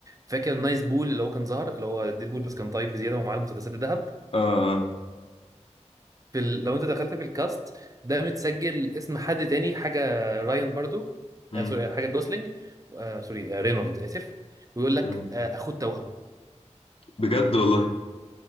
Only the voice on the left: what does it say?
اه اه
أمم،
أمم.
بجد والله